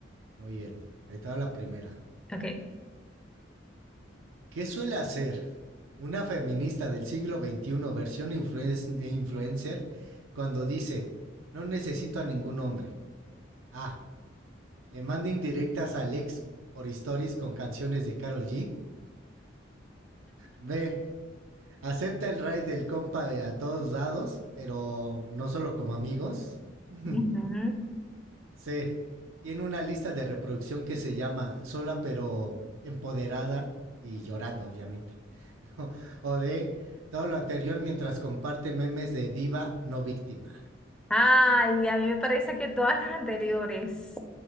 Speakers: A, on the right (about 90°); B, in the centre.
A: Muy bien. Ahí te va la primera.
B: ok.
A: ¿Qué suele hacer una feminista del siglo veintiuno versión influen- influencer cuando dice, no necesito a ningún hombre? A. Le manda indirectas a Alex por stories con canciones de Carol G. B. Acepta el raid del compa de a todos lados, pero no solo como amigos. <laughs>
B: Ujú.
A: C. Tiene una lista de reproducción que se llama Sola pero empoderada y llorando, obviamente. <laughs> o D. Todo lo anterior mientras comparte memes de diva no víctima.
B: Ay, a mí me parece que todas las anteriores.